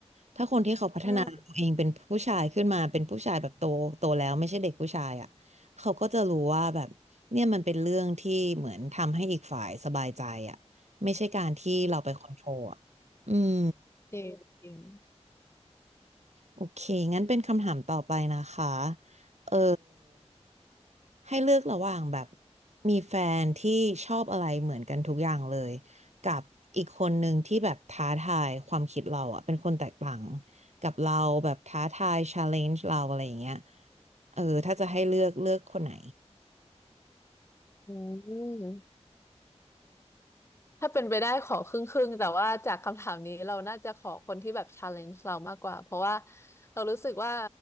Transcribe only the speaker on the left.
อืม
จริงจริง
อืม ถ้าเป็นไปได้ขอครึ่งๆแต่ว่าจากคำถามนี้เราน่าจะขอคนที่แบบ challenge เรามากกว่าเพราะว่าเรารู้สึกว่า